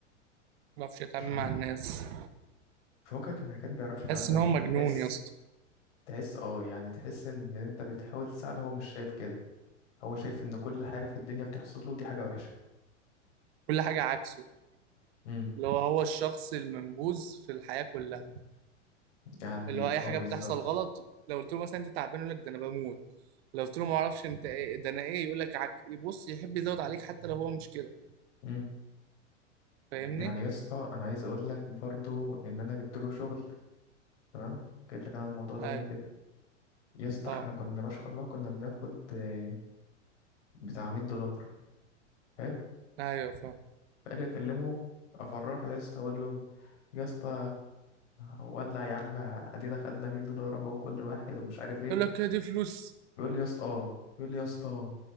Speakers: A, on the right; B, on the left.
A: ما بعرفش يتعامل
B: مش عارف
A: مع الناس
B: فوقك من حاجات ما بيعرفش يتعامل
A: تحس
B: معاها
A: ان هو مجنون
B: تحس
A: يا اسطى
B: تحس اه يعني تحس ان انت بتحاول تساعده هو مش شايف كده هو شايف ان كل حاجة في الدنيا بتحصل له دي حاجة وحشة
A: كل حاجه عكسه
B: امم
A: اللي هو هو الشخص المنبوذ في الحياه كلها
B: يعني
A: اللي هو اي حاجه
B: اه بالظبط
A: بتحصل غلط لو قلت له مثلا انت تعبان يقول لك ده انا بموت لو قلت له ما اعرفش انت ايه ده انا ايه يقول لك عك... يبص يحب يزود عليك حتى لو هو مش كده
B: امم
A: فاهمني
B: يعني يا اسطى انا عايز اقول لك برضو ان انا جبت له شغل تمام قلت لك انا الموضوع ده
A: ايوه
B: قبل كده يا اسطى
A: اه
B: احنا كنا ما شاء الله كنا بناخد آه، بتاع 100 دولار حلو
A: ايوه فاهم
B: فاجي اكلمه افرحه يا اسطى اقول له يا اسطى ولع يا عم ادينا خدنا 100 دولار اهو كل واحد ومش عارف ايه
A: يقول لك هي دي فلوس
B: يقول لي يا اسطى اه يقول لي يا اسطى